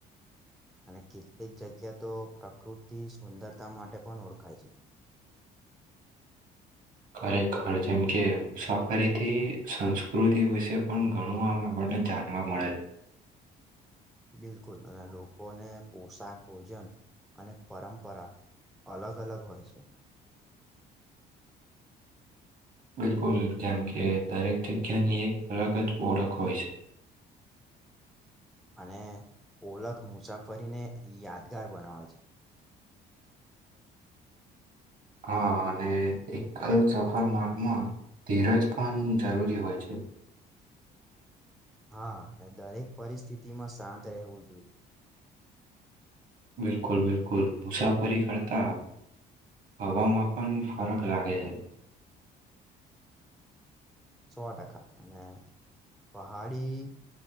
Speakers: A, in the centre; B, on the right.
A: અને કેટલીક જગ્યા તો પ્રકૃતિ સુંદરતા માટે પણ ઓળખાય છે,
B: <unintelligible> ખરેખર જેમ કે મુસાફરીથી સંસ્કૃતિ વિશે પણ ઘણું આમાં પે જાણવા મળેલ,
A: બિલકુલ અને લોકોને પોશાક ભોજન અને પરંપરા અલગ અલગ હોય છે,
B: <unintelligible> બિલકુલ જેમ કે દરેક જગ્યાની એક અલગ જ ઓળખ હોય છે, <unintelligible>
A: અને ઓળખ મુસાફરીને યાદગાર બનાવે છે,
B: <unintelligible> હા અને એકલ સફર માર્ગમાં ધીરજ પણ જરૂરી હોય છે, <unintelligible>
A: હા દરેક પરિસ્થિતિ માં શાંત રહેવું જોઈએ,
B: બિલકુલ બિલકુલ મુસાફરી કરતા હવામાં પણ ફરક લાગે છે,
A: સો ટકા અને પહાડી